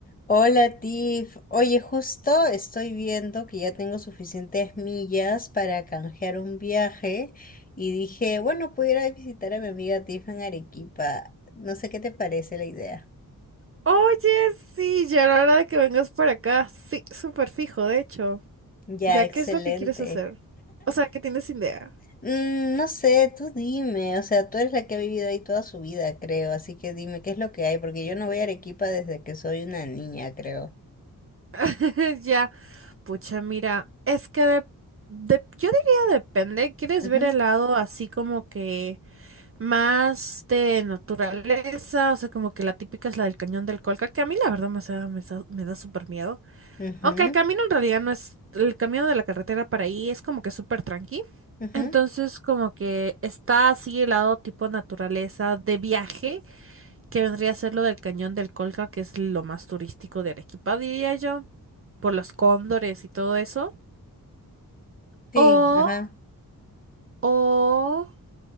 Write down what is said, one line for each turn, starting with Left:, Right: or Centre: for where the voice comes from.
Left: Hola Tiff, oye, justo estoy viendo que ya tengo suficientes millas para canjear un viaje y dije, bueno, pudiera visitar a mi amiga Tiff en Arequipa. No sé qué te parece la idea.
Right: Oye, sí, ya era hora de que vengas por acá. Sí, súper fijo, de hecho.
Left: Ya,
Right: ¿Ya
Left: excelente.
Right: qué es lo que quieres hacer? O sea, ¿qué tienes idea?
Left: Mm, no sé, tú dime, o sea, tú eres la que ha vivido ahí toda su vida, creo, así que dime qué es lo que hay, porque yo no voy a Arequipa desde que soy una niña, creo.
Right: <laughs> Ya, pucha, mira, es que de, de- yo diría depende. ¿Quieres
Left: Ujú,
Right: ver el lado así como que más de naturaleza? O sea, como que la típica es la del cañón del Colca, que a mí la verdad me, da, me da, me da súper miedo.
Left: ujú,
Right: Aunque el camino en realidad no es, el camino de la carretera para ahí es como que súper tranqui.
Left: ujú.
Right: Entonces como que está así el lado tipo naturaleza de viaje, que vendría a ser lo del Cañón del Colca, que es lo más turístico de Arequipa, diría yo, por los cóndores y todo eso.
Left: Sí,
Right: O,
Left: ajá,
Right: o